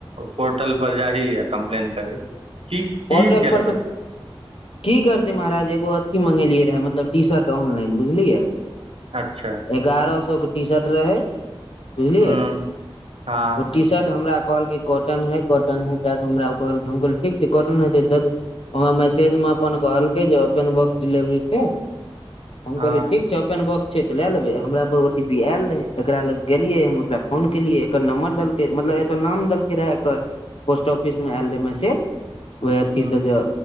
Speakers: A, on the right (about 80°); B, on the left (about 75°).
A: पोर्टल पर जाही आ कंप्लेन करही की की
B: प्रोर्टल
A: केलको
B: पर तऽ की करते महाराज एगो अथी मंगेलियै रहे मतलब टी शर्ट ऑनलाइन बुझलियै
A: अच्छा
B: एगारह सौ के टीशर्ट रहै बुझलियै
A: हूँ हँ
B: ओ टी शर्ट हमरा कहलकै कॉटन है कॉटन है केयक हमरा ओ कहल हम कहालीयै ठीक छै कटन हेत द हमरा मैसेज मे अपन कहलकै जे ओपेन बॉक्स डिलेवरी छै हम
A: हँ
B: कहलियै ठीक छै ओपेन बॉक्स छै तऽ लए लेबै हमरा पर ओ टी पी आयल रहै एकरा लग गेलियै हम एकरा फोन केलियै एकर नम्बर देलकै मतलब एतय नाम देलकै रहै एकर पोस्ट ऑफिसमे आयल रहै मैसेज वह अथी
A: हूँ
B: से ज